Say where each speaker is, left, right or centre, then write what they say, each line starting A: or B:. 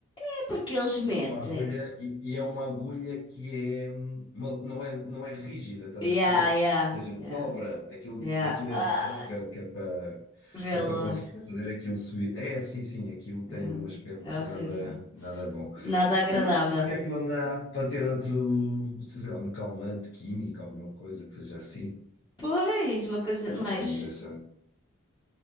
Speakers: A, on the left (about 20°); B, on the left (about 60°).
A: É porque eles metem.
B: E é uma agulha, e, e é uma agulha que é, hum, mal- não é, não é rígida, estás
A: Ya,
B: a perceber?
A: ya,
B: Ou seja, dobra,
A: ya,
B: aquilo,
A: ya.
B: aquilo
A: Ah.
B: é dobrável, que é para,
A: Vê
B: que
A: lá.
B: é para conseguir fazer aquilo subir. É, sim, sim, aquilo tem
A: Vê lá.
B: um aspecto
A: É horrível.
B: nada, nada bom.
A: Nada agradável.
B: Eu não sei porque é que não dá para ter outro, sei lá, um calmante químico, alguma coisa que seja assim.
A: Pois, uma coisa
B: Era
A: mais.
B: Uma injeção.